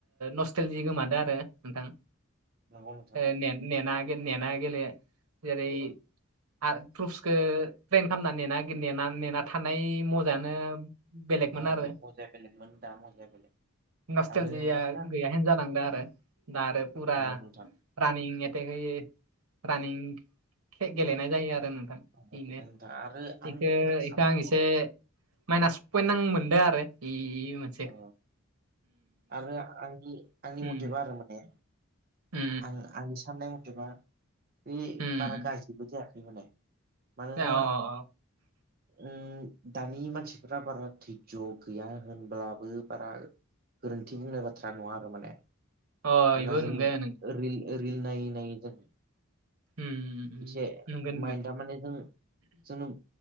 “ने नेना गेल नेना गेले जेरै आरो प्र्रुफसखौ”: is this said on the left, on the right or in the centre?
Right